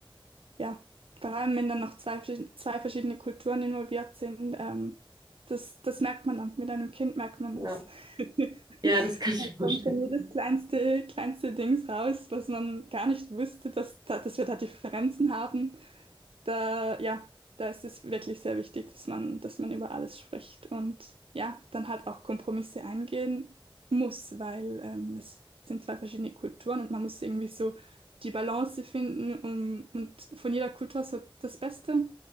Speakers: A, on the right (about 80°); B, on the right (about 45°).
A: ja, vor allem wenn dann noch zwei, verschied- zwei verschiedene Kulturen involviert sind, ähm, das, das merkt man dann. Mit einem Kind merkt man
B: ja.
A: das. <laughs>
B: Ja, das kann ich
A: Da
B: mir vorstellen.
A: kommt dann jedes kleinste, kleinste Dings raus, was man gar nicht wusste, dass, da, dass wir da Differenzen haben da, ja, da ist es wirklich sehr wichtig, dass man, dass man über alles spricht und ja, dann halt auch Kompromisse eingehen muss, weil ähm, es sind zwei verschiedene Kulturen und man muss irgendwie so die Balance finden, um und von jeder Kultur so das Beste